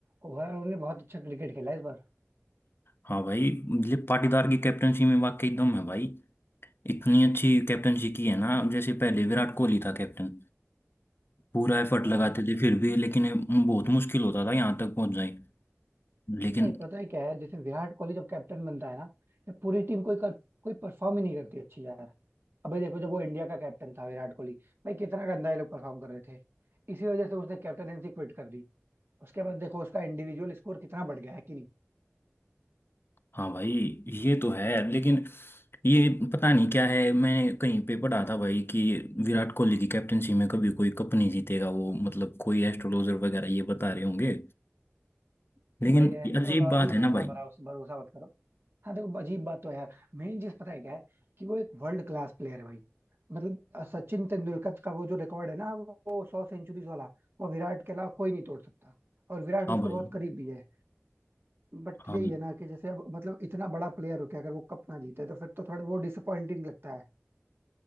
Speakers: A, on the right (about 55°); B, on the left (about 55°).
A: ओवरऑल उन्होंने बहुत अच्छा क्रिकेट खेला इस बार
B: हाँ भाई ये पाटीदार की कैप्टनसी में वाकई दम है भाई इतनी अच्छी कैप्टनसी की है ना जैसे पहले विराट कोहली था कैप्टन पूरा एफर्ट
A: हाँ
B: लगाते थे फिर भी लेकिन बहुत मुश्किल होता था यहाँ तक पहुंच जाए लेकिन
A: नहीं पता है क्या है जैसे विराट कोहली जब कैप्टन बनता है ना तो पूरी टीम कोई कर, कोई परफॉर्म ही नहीं करती अच्छी यार अबे देखो जब वो इंडिया का कैप्टन था विराट कोहली भाई कितना गंदा ये लोग परफॉर्म कर रहे थे इसी वजह से उसने कैप्टनसी क्विट कर दी उसके बाद देखो उसका इंडिविजुअल स्कोर कितना बढ़ गया है कि नहीं
B: हाँ भाई ये तो है लेकिन ये पता नहीं क्या है मैंने कहीं पे पढ़ा था भाई कि विराट कोहली की कैप्टनसी में कभी कोई कप नहीं जीतेगा वो मतलब कोई एस्ट्रोलॉजर वगैरह ये बता रहे होंगे
A: नहीं
B: लेकिन
A: भाई एस्ट्रोलॉजी
B: ये अजीब बात
A: में
B: है ना
A: उतना
B: भाई
A: भरा भरोसा मत करो हाँ देखो अजीब बात तो है यार मेन चीज पता है क्या है कि वो एक वर्ल्ड क्लास प्लेयर है भाई मतलब अ, सचिन तेंदुलकर का वो जो रिकॉर्ड है ना वो सौ सेंचुरीज वाला वो विराट के अलावा कोई नहीं तोड़ सकता और विराट
B: हाँ
A: उसके
B: भाई
A: बहुत करीब भी है बट
B: हाँ
A: यही है ना कि जैसे अब मतलब इतना बड़ा प्लेयर हो के अगर वो कप ना जीते तो फिर तो थोड़ा वो डिसअपॉइंटिंग लगता है